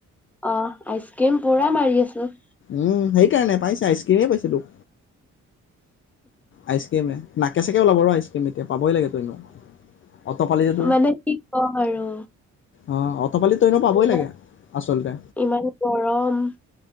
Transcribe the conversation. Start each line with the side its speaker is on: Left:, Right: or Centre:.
Centre: অ আইচ ক্ৰীম পুৰা মাৰি আছো
Left: ওম সেইকাৰণে পাইছা আইচক্ৰীমেই পাইছে তোক আইচক্ৰিমে নাকে চাক। এতিয়া ওলাব ৰ আইচক্ৰীম। এতিয়া পাবই লাগে তই এনেও অতপালি যে
Centre: মানে কি কওঁ আৰু
Left: অ অপ তপালি তইনো পাবই
Centre: ইমান
Left: লাগে আচলতে।
Centre: ইমান গৰম